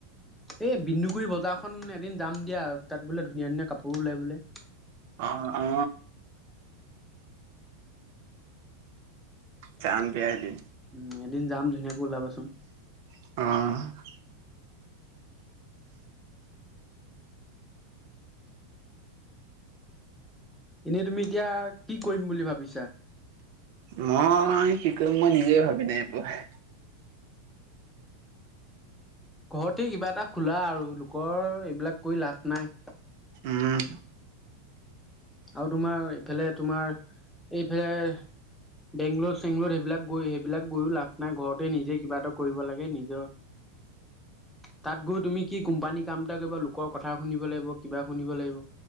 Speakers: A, in the centre; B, on the right (about 60°).
A: এই বিন্দুগুৰি বজাৰখন এদিন যাম দিয়া, তাত বোলে ধুনীয়া ধুনীয়া কাপোৰো ওলাই বোলে
B: অ, ' <unintelligible> <unintelligible>
A: উম, এদিন যাম, ধুনীয়াকৈ ওলাবাচোন
B: অ',
A: এনেই, তুমি এতিয়া কি কৰিম বুলি ভাবিছা
B: মই মই কি কৰিম, মই নিজে ভাবি নাই পোৱা
A: ঘৰতে কিবা এটা খোলা, আৰু লোকৰ এইবিলাক কৰি লাভ নাই
B: উম
A: আৰু তোমাৰ ইফালে তোমাৰ এইফালে বেংগলৰ চেংলৰ সেইবিলাক গৈ সেইবিলাক গৈও লাভ নাই ঘৰতে নিজে কিবা এটা কৰিব লাগে নিজৰ <inaudible> তাত গৈ তুমি কি কোম্পানী কাম এটা কৰিবা লোকৰ কথা শুনিব লাগিব কিবা শুনিব লাগিব।